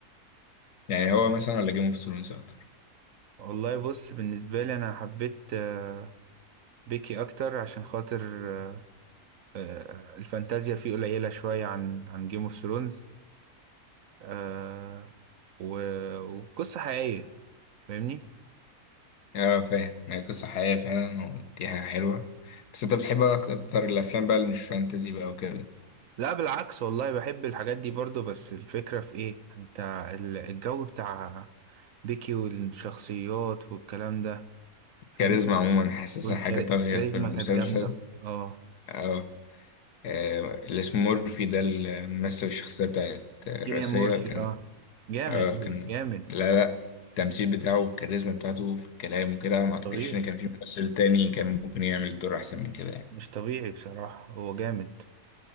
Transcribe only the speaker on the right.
والله بص بالنسبة لي أنا حبيت آه بيكي أكتر عشان خاطر آه آه الفانتازيا فيه قليلة شوية عن عن جيم اوف ثرونز آه و- وقصة حقيقية فاهمني؟
لا بالعكس والله بحب الحاجات دي برضو بس الفكرة في ايه انت ال- الجو بتاع بيكي والشخصيات والكلام ده فاهمني
والكاريزما
كانت جامدة اه
كيليان مورفي
اه جامد
أوي، جامد
طبيعي
مش طبيعي بصراحة هو جامد